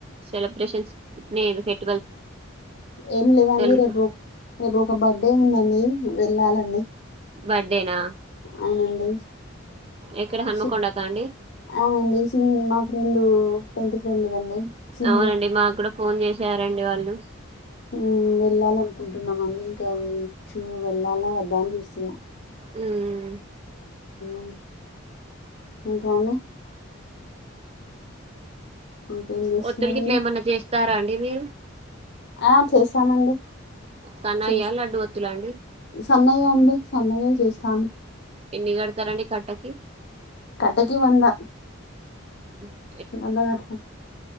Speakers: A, on the right; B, on the left.
A: సెలబ్రేషన్స్ మీర్ <unintelligible>
B: ఏం లేవండి
A: ఇట్లా
B: రేపు రేప్ ఒక బగ్ ఏందండి వెళ్ళాలండి.
A: బర్డేనా?
B: అవునండి
A: ఎక్కడ హన్మకొండక
B: సి
A: అండి
B: అవుఅండి సిం మ ఫ్రెండు టెన్త్ ఫ్రెండ్ దండి. సింధు
A: అవునండి మాక్కూడా ఫోన్ చేసారండి వాళ్ళు
B: మ్ వెళ్ళాల్ అన్కుంటున్నామండి ఇంకా చు వెళ్ళాలా వద్దా అన్ చూస్తున్నా.
A: హ్మ్
B: మ్ ఇంకా అండి ఇంకేం చేస్తున్నారండి
A: ఒత్తుల్ గిట్లా ఏమన్న చేస్తారా అండి మీరు?
B: ఆ చేస్తానండి
A: సన్నయ్యా
B: చేస్
A: లడ్డు ఒత్తులా అండి
B: సన్నయే అండి. సన్నగే చేస్తాం.
A: ఎన్ని కడ్తరండి కట్టకి
B: కట్టకి వంద.
A: హ్
B: వంద కడ్తం